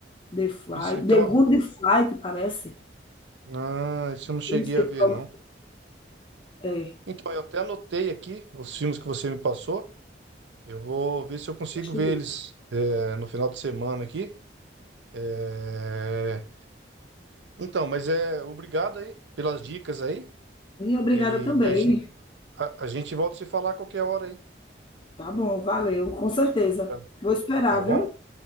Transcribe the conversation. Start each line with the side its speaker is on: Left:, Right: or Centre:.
Left: The Flight,
Right: isso, então.
Left: The Good Flight, parece.
Right: Ah, isso eu não cheguei
Left: Eu não sei
Right: a ver,
Left: como
Right: não.
Left: é.
Right: Então, eu até anotei aqui os filmes que você me passou. Eu vou ver se eu consigo
Left: Deixa
Right: ver
Left: eu ver.
Right: eles é, no final de semana aqui. É, Então, mas é obrigado aí pelas dicas aí.
Left: E obrigada
Right: E
Left: também.
Right: a gente, a, a gente volta a se falar a qualquer hora aí.
Left: Tá bom, valeu, com certeza.
Right: Tá,
Left: Vou esperar,
Right: tá bom?
Left: viu?